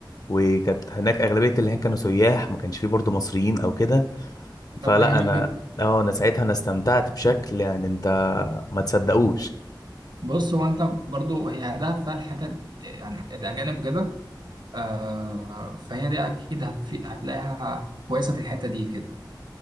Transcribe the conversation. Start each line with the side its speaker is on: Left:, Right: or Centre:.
Left: وكانت هناك اغلبيه اللي هناك كانوا سياح ما كانش فيه برضو مصريين او كده
Right: طب
Left: فلا
Right: ده جميل
Left: انا
Right: جدا
Left: اه انا ساعتها انا استمتعت بشكل يعني انت ما تصدقوش
Right: بص هو انت برضه هي دهب فيها الحتت يعني الاجانب كده آه فهي دي اكيد هتفي- هتلاقيها كويسه في الحته دي كده